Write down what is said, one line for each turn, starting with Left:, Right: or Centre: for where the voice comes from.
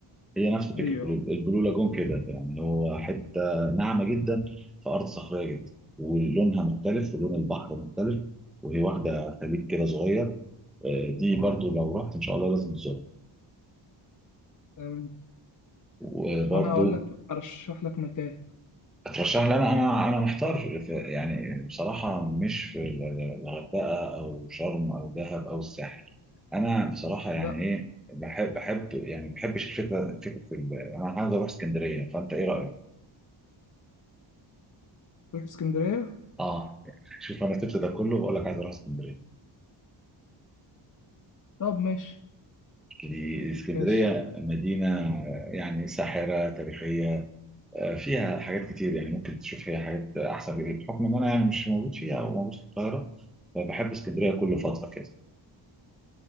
Centre: هي نفس فكرة
Left: أيوه
Centre: البلو البلو لاجون كده يعني هو حتة ناعمة جدا في أرض صخرية جدا ولونها مختلف ولون البحر مختلف وهي واخدة خليج كده صغير آه، دي برضو لو رحت إن شاء الله لازم تزورها
Left: تمام
Centre: وبرضو
Left: طب أنا أقول لك أرشح لك مكان
Centre: اترشح لي أنا أنا أنا محتار ف- يعني بصراحة مش في ال- ال- الغردقة أو شرم أو دهب أو الساحل أنا بصراحة يعني
Left: لا
Centre: إيه بحب بحب يعني ما بحبش الفكرة فكرة ال- أنا عايز أروح اسكندرية فأنت إيه رأيك؟
Left: تروح اسكندرية
Centre: اه شوف انا سبت ده كله بقول لك عايز اروح اسكندريه
Left: طب ماشي
Centre: دي- اسكندريه
Left: ماشي
Centre: مدينه آه، يعني ساحره تاريخيه آه، فيها حاجات كتير يعني ممكن تشوف فيها حاجات احسن بكتير. بحكم ان انا يعني مش موجود فيها او موجود في القاهره فبحب اسكندريه كل فتره كده